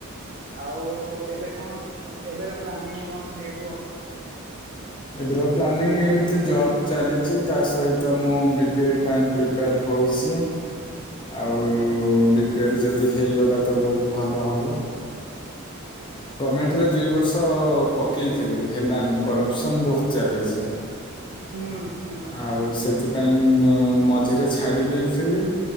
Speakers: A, on the right; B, on the left.
A: ଆଉ ଏବେ କଣ ଏବେ ର ପ୍ଲାନିଂ କଣ ଟିକେ କୁହ?
B: ଏବେର ପ୍ଲାନିଂ
A: ଏ ମାଇ
B: ଏମିତି
A: ହେଲାନି।
B: ଜବ ଚାଲିଛି ତା ସହିତ ମୁଁ ବି ପି ଏଡ ପାଇଁ ପ୍ରିପେୟାର ହଉଛି। ଆଉ ବି ପି ଏଡ ଯଦି ହେଇଗଲା ତ ବହୁତ ଭଲ ହବ। ଗମେଣ୍ଟରେ ଦୁଇ ବର୍ଷ ପକେଇଥିଲି ହେଲାନି କରପ୍ସନ୍ ବହୁତ ଚାଲିଛି
A: ହୁଁ ହୁଁ।
B: ଆଉ ସେଥିପାଇଁ ଆଉ ମଝିରେ ଛାଡ଼ିଦେଇଥିଲି